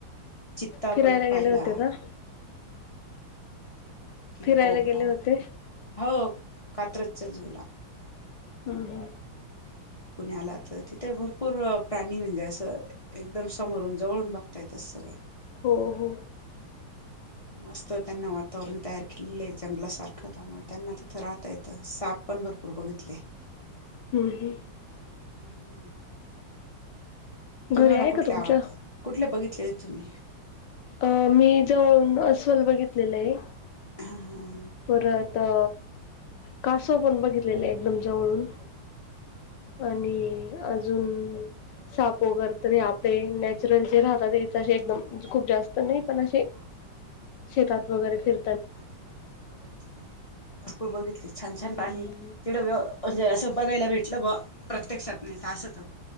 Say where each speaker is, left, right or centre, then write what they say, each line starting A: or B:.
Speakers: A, on the left (about 45°); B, on the left (about 70°).
A: चित्ता
B: फिरायला
A: परत पाहिला.
B: गेले होते का
A: किंगकोबरा...
B: फिरायला गेले होते
A: हो, कात्रजच्या झू ला.
B: हम्म हम्म.
A: पुण्याला तर... तिथं भरपूर प्राणी म्हणजे असं... एकदम समोरून, जवळून बघता -ता येतात सरळ.
B: हो हो.
A: मस्त... त्यांना वातावरण तयार केलेलं ए, त्यांना जंगलासारखं... त्यामुळे त्यांना ते तिथं राहता येतं. साप पण भरपूर बघितले.
B: हू हू.
A: हम्म. तुम्हाला
B: घरी आहे का
A: कुठले
B: तुमच्या
A: आवडतात? कुठले बघितलेले तुम्ही?
B: अ मी जवळून अस्वल बघितलेलं आहे..
A: हा
B: परत अ कासव पण बघितलेले एकदम जवळून
A: हा
B: आणि अजून साप वैगरे तरी आपले नॅचरल जे राहतात एकदम
A: हा ना
B: खूप जास्त नाही पणे
A: हा
B: शेतात वगैरे फिर
A: आम्ही पण भरपूर बघितली भरपूर बघितली छान छान पाणी
B: हम्म
A: तिकड म्हणजे असं बघायला भेटलं बुवा प्रत्यक्षात नाही तर असंत